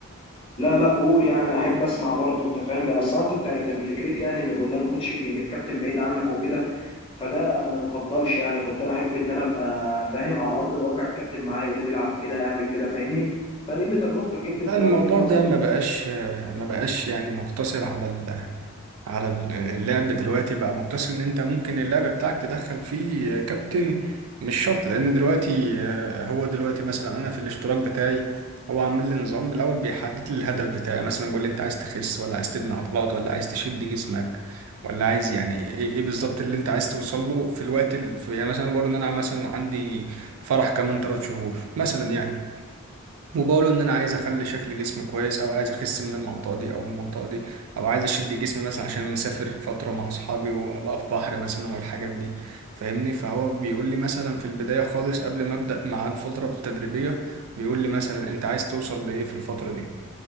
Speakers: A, on the left; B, on the right.
A: لا لا قول يعني انا احب اسمع برضه انت فاهم بقى اصل انا كنت كان فكرتي يعني ان الاونلاين كوتشنج ان الكابتن بعيد عنك وكده فده ما يفضلش يعني كنت انا احب ان انا ابقى فاهم على ارض الواقع الكابتن معايا يقول لي العب كده اعمل كده فاهمني فنقل لي تجربتك يمكن
B: لا
A: تغير
B: الموضوع
A: وجهة نظرك
B: ده ما بقاش ما بقاش يعني مقتصر على ال- على ال- اللعب دلوقتي بقى مقتصر ان انت ممكن اللعب بتاعك تدخل فيه كابتن مش شرط لان دلوقتي آه، هو دلوقتي مثلا انا في الاشتراك بتاعي هو عامل لي نظام بالاول بيحدد لي الهدف بتاعي مثلا بيقول لي انت عايز تخس ولا عايز تبني عضلات ولا عايز تشد جسمك ولا عايز يعني ايه إيه بالظبط اللي انت عايز توصل له في الوقت ال... في- يعني مثلا بقول ان انا مثلا عندي فرح كمان ثلاث شهور مثلا يعني وبقوله ان انا عايز اخلي شكل جسمي كويس او عايز اخس من المنطقه دي او من المنطقه دي او عايز اشد جسمي مثلا عشان مسافر فتره مع اصحابي وابقى في بحر مثلا والحاجات دي فاهمني فهو بيقول لي مثلا في البدايه خالص قبل ما ابدا مع الفتره التدريبيه بيقول لي مثلا انت عايز توصل لايه في الفتره دي